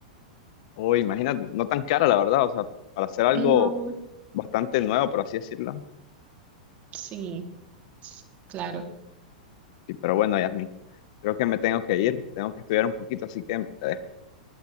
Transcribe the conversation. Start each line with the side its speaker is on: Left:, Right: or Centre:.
Left: O imagínate, no tan cara, la verdad, o sea, para hacer algo
Right: No,
Left: bastante nuevo, por así decirlo.
Right: sí, claro.
Left: Sí, pero bueno, Yasmin, creo que me tengo que ir, tengo que estudiar un poquito, así que te dejo.